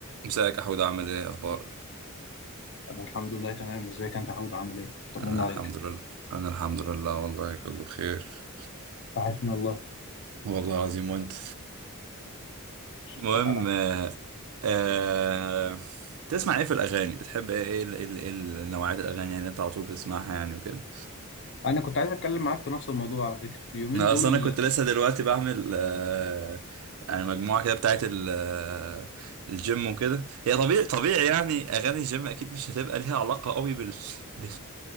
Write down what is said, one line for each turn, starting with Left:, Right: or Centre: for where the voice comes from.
Right: ازيك يا حود عامل ايه اخبارك
Left: أنا الحمد لله تمام ازيك أنت يا حود عامل إيه؟ طمنا
Right: انا الحمد
Left: عليك
Right: لله انا الحمد لله والله كله بخير
Left: وحشني والله
Right: والله العظيم وانت
Left: أشوفك
Right: المهم
Left: على خير
Right: آه آه تسمع ايه في الاغاني بتحب ايه ايه ال- إيه ال- إيه ال- نوعيات الاغاني يعني انت على طول بتسمعها يعني وكده
Left: أنا كنت عايز أتكلم معاك في نفس الموضوع على فكرة اليومين
Right: انا
Left: دول
Right: اصلا انا كنت لسه دلوقتي بعمل آه، يعني مجموعه كده بتاعت ال- آه، الجيم وكده هي طبيعي طبيعي يعني اغاني الجيم اكيد مش هتبقى ليها علاقه قوي بال بال